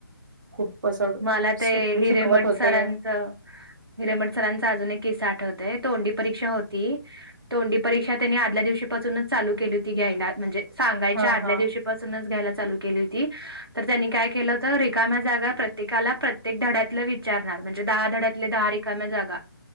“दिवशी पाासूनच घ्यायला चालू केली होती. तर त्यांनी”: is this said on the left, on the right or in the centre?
Right